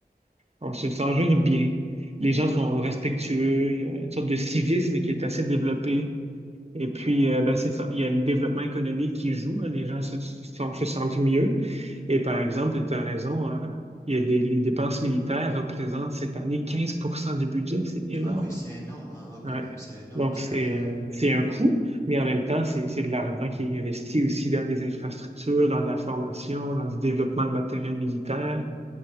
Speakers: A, on the right (about 40°); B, on the left (about 15°).
A: On se sent juste bien. Les gens sont respectueux. Il y a une sorte de civisme qui est assez développé. Et puis, euh, ben, c'est ça. Il y a le développement économique qui joue. hein. Les gens se, sont- se sentent mieux. Et par exemple, tu as raison, hein, il y a des, les dépenses militaires représentent cette année 15 du budget. C'est énorme.
B: Ah oui, c'est énorme, hein. Oh, quand
A: hein.
B: même,
A: Ouais.
B: c'est énorme,
A: Donc,
B: c'est
A: c'est
B: incroyable.
A: euh, c'est un coût, mais en même temps, c'est c'est de l'argent qui est investi aussi dans les infrastructures, dans la formation, dans le développement de matériel militaire.